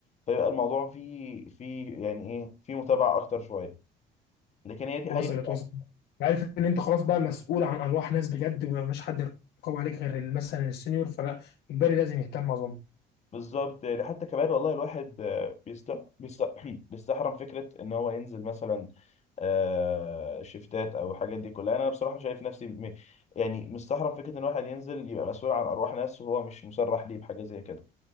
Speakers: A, on the left; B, on the left.
A: فيبقى الموضوع فيه فيه يعني ايه فيه متابعه اكتر شويه لكن هي دي
B: وصلت
A: حقيقه
B: وصلت عارف ان انت خلاص بقى مسؤول عن ارواح ناس بجد ومش حد يرقب عليك غير مثلا السنيور فلا اجباري لازم يهتم اظن
A: بالظبط يعني حتى كمان والله الواحد آه، بيست بيست <clears throat> بيستحرم فكره ان هو ينزل مثلا آه، شيفتات او الحاجات دي كلها انا بصراحه شايف نفسي م- يعني مستحرم فكره ان الواحد ينزل يبقى مسؤول عن ارواح ناس وهو مش مسرح ليه بحاجه زي كده